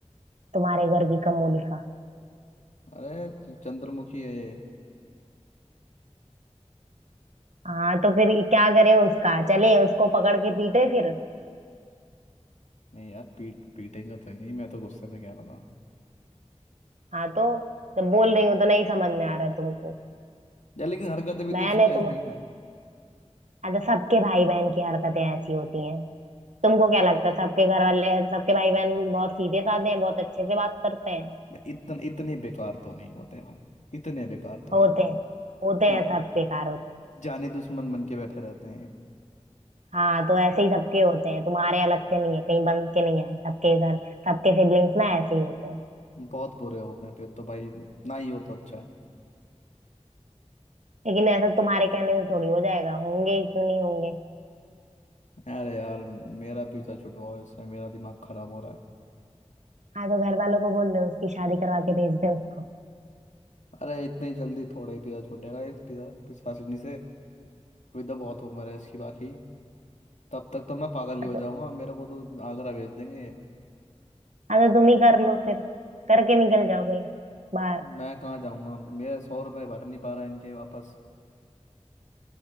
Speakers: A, on the right; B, on the left.
A: तुम्हारे घर की कमोली का
B: अरे च- चंद्रमुखी है ये
A: हाँ तो फिर क्या करें उसका चले उसको पकड़ के पीटे फिर
B: नहीं यार पीट पीटेंगे तो नहीं मैं तो गुस्से में कह रहा था
A: हाँ तो जब बोल रही हूँ तो नहीं समझ में आ रहा है तुमको
B: यार लेकिन हरकतें भी
A: बहन
B: तो उसकी
A: है
B: ऐसी
A: तो
B: है
A: हाँ तो सबके भाई बहन की हरकतें ऐसी होती हैं तुमको क्या लगता है सबके घर वाले सबके भाई बहन बहुत सीधे साधे हैं बहुत अच्छे से बात करते हैं
B: मैं इतन इतने बेकार तो नहीं होते भाई इतने बेकार तो
A: होते
B: नहीं होते।
A: हैं होते
B: जा,
A: हैं सब बेकार होते हैं
B: जाने दुश्मन बन के बैठे रहते हैं ये।
A: हाँ तो ऐसे ही सबके होते हैं तुम्हारे अलग से नहीं है कहीं बन के नहीं आए सबके घर सबके सिबलिंग्स ना ऐसे ही होते हैं
B: बहुत बुरे होते हैं फिर तो भाई ना ही हो तो अच्छा
A: लेकिन ऐसा तुम्हारे कहने से थोड़ी हो जाएगा होंगे ही क्यों नहीं होंगे
B: है अरे यार मेरा पीछा छुटवाओ इससे मेरा दिमाग खराब हो रहा है
A: हाँ तो घर वालों को बोल दो उसकी शादी करवा के भेज दे उसको
B: अरे इतनी जल्दी थोड़ा ही पीछा छूटेगा इस पीछा पिशाचिनी से विदा बहुत उम्र है इसकी बाकी तब तक तो मैं पागल ही
A: हाँ
B: हो
A: तो
B: जाऊंगा मेरे को तो आगरा भेज देंगे
A: हाँ तो तुम ही कर लो फिर करके निकल जाओ कहीं बाहर
B: मैं कहाँ जाऊंगा मेरा सौ रुपये भर नहीं पा रहा है इनके वापस